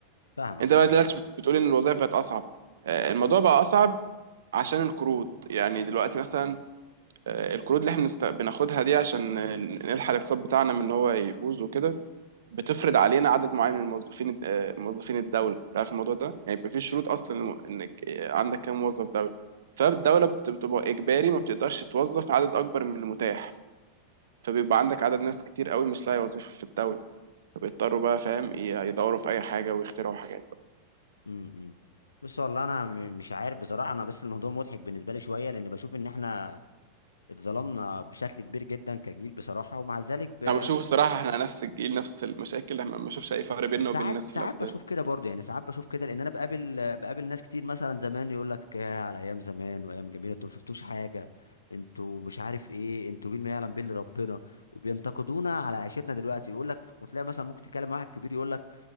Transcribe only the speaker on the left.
فاهمك
فاهمك
امم امم بص والله انا م- مش عارف بصراحه انا بس الموضوع مضحك بالنسبه لي شويه لان بشوف ان احنا اتظلمنا بشكل كبير جدا كجيل بصراحه ومع ذلك ب...
ساعات
ساعات
بشوف كده برضه يعني ساعات بشوف كده لان انا بقابل بقابل ناس كتير مثلا زمان يقول لك يا على ايام زمان وايام جميله انتوا ما شفتوش حاجه انتوا مش عارف ايه انتوا جيل ما يعلم به إلا ربنا وبينتقدونا على عيشتنا دلوقتي يقول لك وتلاقي مثلا ممكن تتكلم مع واحد كبير يقول لك